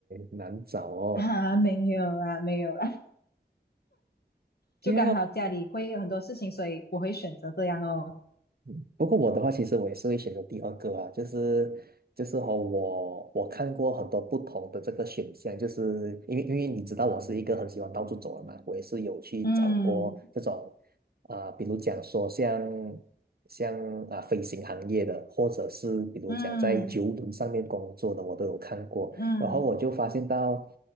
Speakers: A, on the right; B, on the left.
A: 难找哦。
B: 啊，没有啦，没有啦，<laughs> 就刚好家里会有很多事情，
A: <laughs> 没
B: 所以我会选择这样哦。
A: 嗯不过我的话，其实我也是会选择第二个啊，就是就是和我我看过很多不同的这个选项，就是因为因为你知道我是一个很喜欢到处走的嘛，我也是有去找过这种
B: 嗯
A: 啊、比如讲说像像啊、飞行行业的，或者是比如讲在游轮上面工作的，
B: 嗯
A: 我都有看过，
B: 嗯，
A: 然后我就发现到，